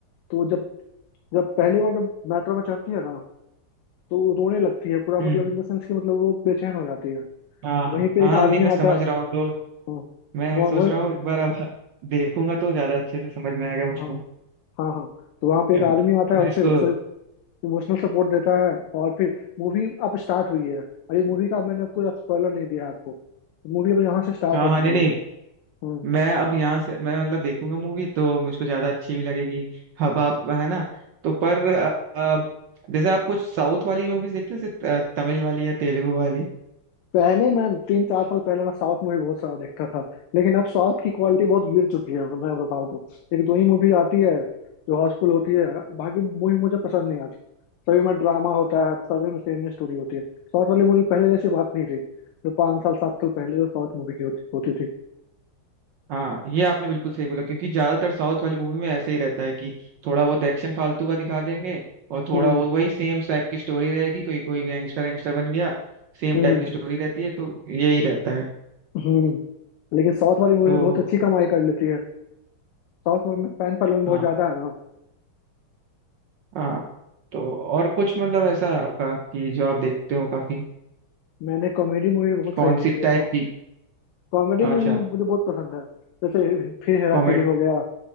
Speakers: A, on the left (about 90°); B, on the right (about 70°).
A: तो वो जब जब पहली बार जब मेट्रो में चढ़ती है ना तो वो रोने लगती है पूरा
B: हम्म
A: मतलब इन द सेंस कि मतलब वो बेचैन हो जाती है
B: हाँ
A: तो
B: हाँ
A: वहीं पे
B: हाँ,
A: एक आदमी
B: नहीं मैं समझ
A: आता है
B: रहा हूँ तो
A: हाँ,
B: मैं
A: वो
B: सोच
A: वो
B: रहा हूँ एक बार अब देखूंगा तो ज्यादा अच्छे से समझ में आएगा मुझको
A: हाँ हाँ हाँ तो वहाँ पे
B: या,
A: एक आदमी आता है
B: मैं
A: उसे
B: इसको
A: उसे इमोशनल सपोर्ट देता है और फिर मूवी अब स्टार्ट हुई है अरे मूवी का मैंने कोई स्पॉइलर नहीं दिया आपको मूवी अब यहाँ से स्टार्ट
B: हाँ
A: हो
B: हाँ
A: चुकी
B: नहीं नहीं
A: है हम्म
B: मैं अब यहाँ से मैं मतलब देखूंगा मूवी तो मुझको ज्यादा अच्छी भी लगेगी अब आप है ना तो पर अ, जैसे आप कुछ साउथ वाली मूवीज देखते हैं जैसे त- तमिल वाली या तेलुगु वाली
A: पहले मैं तीन चार साल पहले मैं साउथ मूवी बहुत सारा देखता था लेकिन अब साउथ की क्वालिटी बहुत गिर चुकी है मैं बताऊँ तो एक दो ही मूवी आती है जो हाउसफुल होती है बाकी मूवी मुझे पसंद नहीं आता सभी में ड्रामा होता है सभी में सेम ही स्टोरी होती है साउथ वाली मूवी पहले जैसी बात नहीं रही जो पाँच साल सात साल पहले जो साउथ मूवी की होती होती थी
B: हाँ ये आपने बिल्कुल सही बोला क्योंकि ज्यादातर साउथ वाली मूवी में ऐसे ही रहता है कि थोड़ा बहुत एक्शन फालतू का दिखा देंगे और थोड़ा
A: हम्म
B: बहुत वही सेम टाइप की स्टोरी रहेगी कोई कोई गैंगस्टर गैंगस्टर बन गया सेम
A: हम्म
B: टाइप की स्टोरी रहती है तो यही रहता है
A: हम्म लेकिन साउथ वाली मूवी
B: तो
A: में बहुत अच्छी कमाई कर लेती है साउथ में फैन फॉलोइंग बहुत
B: हाँ
A: ज्यादा है ना
B: हाँ तो और कुछ मतलब ऐसा आपका कि जो आप देखते हो काफी
A: मैंने कॉमेडी मूवी बहुत
B: कौन
A: सारी देखी
B: सी
A: है
B: टाइप की
A: कॉमेडी
B: अच्छा
A: मूवी मुझे बहुत पसंद है जैसे फिर हेरा
B: कॉमेडी
A: फेरी हो गया